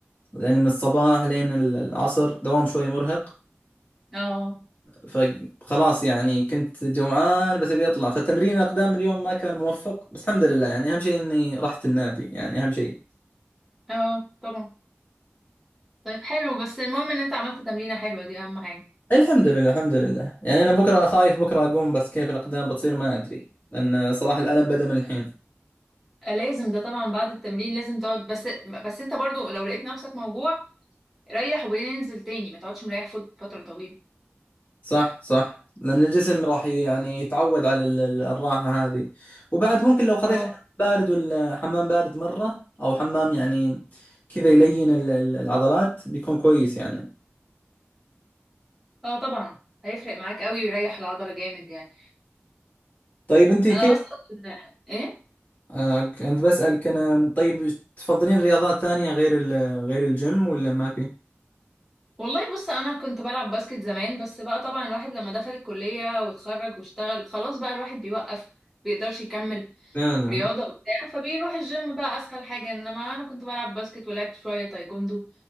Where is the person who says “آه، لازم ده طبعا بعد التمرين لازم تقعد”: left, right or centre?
Centre